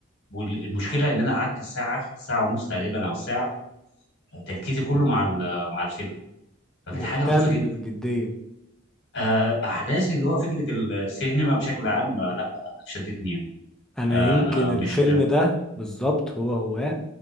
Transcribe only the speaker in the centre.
مهتم
بجدية
انا
يمكن الفيلم
ده بالظبط هو هو